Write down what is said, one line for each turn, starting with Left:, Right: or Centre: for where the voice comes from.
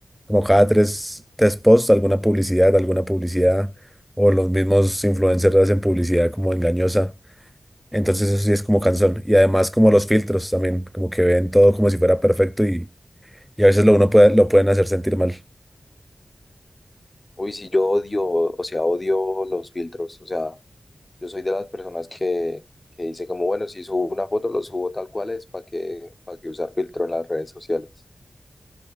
Centre: como cada tres, tres posts alguna publicidad, alguna publicidad, o los mismos influencers hacen publicidad como engañosa. Entonces eso sí es como cansón. Y además como los filtros también, como que ven todo como si fuera perfecto y, y a veces lo uno puede, lo pueden hacer sentir mal.
Left: Uy, sí, yo odio, o sea, odio los filtros, o sea, yo soy de las personas que, que dice como, bueno, si subo una foto, lo subo tal cual es, ¿para qué, para qué usar filtro en las redes sociales?